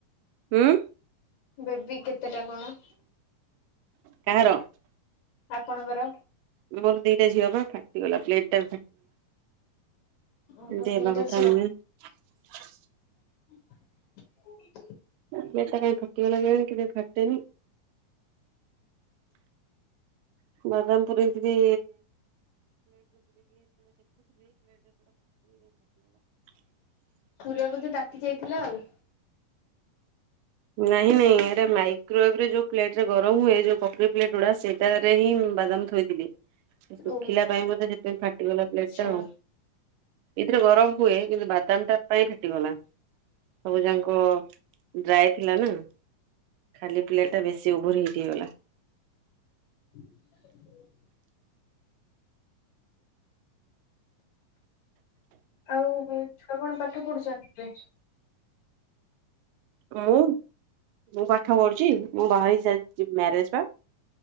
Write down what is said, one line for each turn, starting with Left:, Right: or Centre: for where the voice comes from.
Right: ଉଁ।
Left: ବେବି କେତେ ଟା କଣ?
Right: କାହାର
Left: ଆପଣଙ୍କର?
Right: ମୋର ଦିଟା ଝିଅ ପା ଫାଟିଗଲା ପ୍ଲେଟ୍ ଟା।
Left: ଓହୋ
Right: ଦେବା
Left: ଦିଟା
Right: କଥା
Left: ଝିଅ
Right: ନୁହେଁ।
Left: <unintelligible>
Right: ପ୍ଲେଟ୍ ଟା କେମିତି ଫାଟିଗଲା କେଜାଣି କେବେ ଫାଟେନି। ବାଦାମ୍ ପୁରେଇକିରି। <unintelligible>
Left: ଖରିକା ବୋଧେ ତାତି ଯାଇଥିଲା ଆଉ।
Right: ନାଇଁ ନାହିଁ ହେରା ମାଇକ୍ରୋବ ରେ ଯୋଉ ପ୍ଲେଟ୍ ରେ ଗରମ୍ ହୁଏ ଯୋଉ ପକ୍ରୀ ପ୍ଲେଟ୍ ଗୁଡ଼ା ସେଇଟାରେ ହିଁ। ବାଦାମ୍ ଥୋଇଥିଲି ଶୁଖିଲା
Left: ଓ
Right: ପାଇଁ ବୋଧେ ସେ ପ୍ଲେଟ୍। ଫାଟିଗଲା
Left: ଆଚ୍ଛା।
Right: ପ୍ଲେଟ୍ ଟା ଆଉ ଏଥିରେ ଗରମ୍ ହୁଏ କିନ୍ତୁ ବାଦାମ୍ ଟା ପାଇଁ ଫାଟିଗଲା। ସବୁଯାକ ଡ୍ରାଏ ଥିଲା ନା ଖାଲି ପ୍ଲେଟ୍ ଟା ବେଶୀ। ଓଭୋର୍ ହିଟ୍ ହେଇଗଲା।
Left: <unintelligible> ଆଉ ଛୁଆ କଣ ପାଠ ପଢ଼ୁଚନ୍ତି?
Right: ମୁଁ ମୁଁ ପାଠ ପଢ଼ୁଚି ମୁଁ ବାହାହେଇ ସାରିଚି ବି ମ୍ୟାରେଜ୍ ପା।